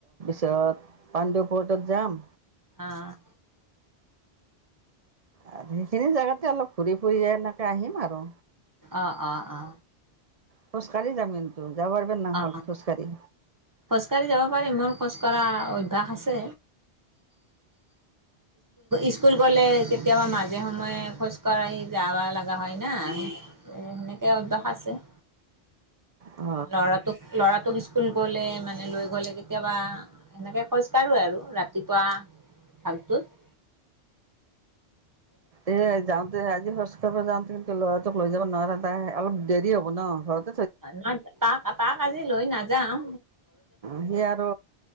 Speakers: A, on the right; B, on the right.
A: তাৰপিছত পাণ্ডুপুৰটত যাম।
B: অ'।
A: আৰু সেইখিনি জোগাতে অলপ ঘূৰি ফুৰি এনেকে আহিম আৰু।
B: অ -অ -অ।
A: খোজকাঢ়ি যাম কিন্তু। যাব পাৰিবা নহ'ল
B: অ'
A: খোজকাঢ়ি
B: খোজকাঢ়ি যাব পাৰিম মোৰ খোজ কঢ়া। কাহ আছে। স্কুল। গ'লে কেতিয়াবা মাজে-সময়ে খোজ কাঢ়ি যাব লগা হয়। হয় নে সেনেকে অভ্যাস। আছে।
A: অ'।
B: ল'ৰাটোক ল'ৰাটোক স্কুল গ'লে মানে লৈ গলে কেতিয়াবা সেনেকে খোজকাঢ়ো আৰু ৰাতিপুৱা ভাগটোত।
A: এ যাওঁতে আজি খোজ কাঢ়িব যাওঁতে ল'ৰাটোক লৈ যাব নোৱাৰা তাই অলপ দেৰি হ'ব ন ঘৰত।
B: না তাক তক আজি লৈ নায যাম।
A: সি আৰু